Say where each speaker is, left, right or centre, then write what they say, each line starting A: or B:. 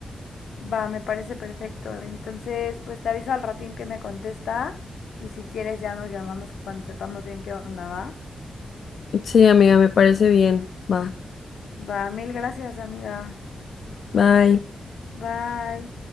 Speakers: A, on the left; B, on the left.
A: Va, me parece perfecto. Entonces, pues te aviso al ratín que me contesta y si quieres ya nos llamamos cuando sepamos bien qué onda va.
B: Sí, amiga, me parece bien. Va,
A: Va, mil gracias, amiga.
B: bye.
A: Bye.